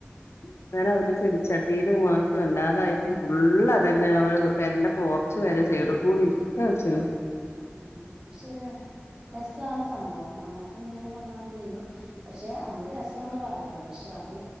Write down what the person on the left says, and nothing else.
ഇങ്ങനെ ഒരു ചെടിച്ചട്ടിയിലും വ റ്റും അല്ലാതായിട്ടും ഫുള്ളതന്നെ ഓലെ പേരന്റെ പോർച്ച് വരെ സൈഡ് കൂടിം ക്ക വച്ചിക്ക്‌ണ്